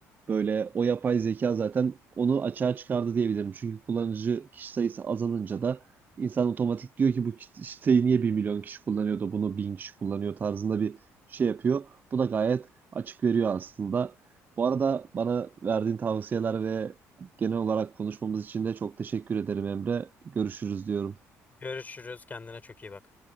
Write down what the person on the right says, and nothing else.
böyle o yapay zeka zaten onu açığa çıkardı diyebilirim. Çünkü kullanıcı kişi sayısı azalınca da insan otomatik diyor ki bu kit- siteyi niye bir milyon kişi kullanıyor da bunu 1000 kişi kullanıyor tarzında bir şey yapıyor. Bu da gayet açık veriyor aslında. Bu arada bana verdiğin tavsiyeler ve genel olarak konuşmamız için de çok teşekkür ederim Emre. Görüşürüz diyorum.